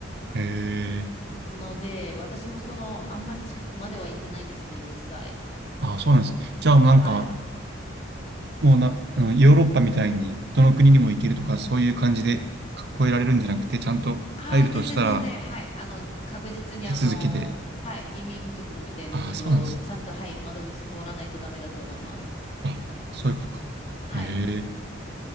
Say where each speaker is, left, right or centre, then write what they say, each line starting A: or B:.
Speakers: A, on the right; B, on the left.
A: へえ。
B: ので、私もその、あんまり近くまでは行ってないですね、実際。
A: あ、そうなんですね。じゃあもうなんか、
B: はい。
A: もうな、あの、ヨーロッパみたいに、どの国にも行けるとか、そういう感じでか越えられるんじゃなくて、ちゃんと入るとしたら、
B: ああ、全然全然、はい。あの、確実にあの、
A: 手続きで。
B: はい、移民局みたいなところ、
A: あ、そうなんですね。
B: ちゃんと、はい、窓口通らないとダメだと思います。
A: あ、そういうことか。
B: はい。
A: へえ。